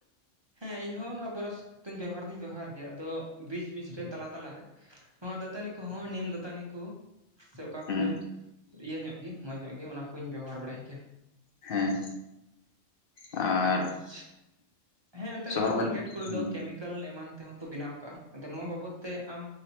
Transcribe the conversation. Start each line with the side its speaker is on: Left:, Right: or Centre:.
Right: ᱦᱮᱸ ᱤᱧ ᱦᱚᱸ ᱱᱚᱣᱟ ᱵᱚᱨᱚᱥ ᱫᱚᱧ ᱵᱮᱵᱚᱦᱟᱨ ᱫᱚᱧ ᱵᱮᱵᱚᱦᱟᱨ ᱜᱮᱭᱟ ᱟᱫᱚ, ᱵᱤᱡᱽ ᱵᱤᱡᱽ ᱨᱮ ᱛᱟᱞᱟ ᱛᱟᱞᱟ ᱨᱮ, ᱱᱚᱣᱟ ᱫᱟᱹᱛᱟᱹᱱᱤ ᱠᱚᱦᱚᱸ ᱱᱤᱢ ᱫᱟᱹᱛᱟᱹᱱᱤ ᱠᱚ, ᱥᱮ ᱚᱠᱟ
Left: ᱦᱩᱸ
Right: ᱠᱚ ᱤᱭᱟᱹ ᱧᱚᱜ ᱜᱮ, ᱢᱚᱸᱡᱽ ᱧᱚᱜ ᱜᱮ ᱚᱱᱟᱠᱚᱧ ᱵᱮᱵᱚᱦᱟᱨ ᱵᱟᱲᱟᱭ ᱜᱮᱭᱟ᱾
Left: ᱦᱮᱸ᱾ ᱟᱨ
Right: ᱟᱨᱪᱷ, ᱦᱮᱸ ᱮᱱᱛᱮ ᱱᱚᱣᱟ
Left: ᱥᱚᱦᱚᱨ
Right: ᱠᱚᱞᱜᱮᱴ
Left: ᱵᱟᱡᱟᱨ
Right: ᱠᱚᱨᱮ
Left: ᱦᱮᱸ
Right: ᱫᱚ ᱠᱮᱢᱤ ᱠᱮᱞ ᱮᱢᱟᱱ ᱛᱮᱦᱚᱸ ᱠᱚ ᱵᱮᱱᱟᱣ ᱠᱟᱜᱼᱟ ᱟᱫᱚ ᱱᱚᱣᱟ ᱵᱟᱵᱚᱫᱽ ᱛᱮ ᱟᱢ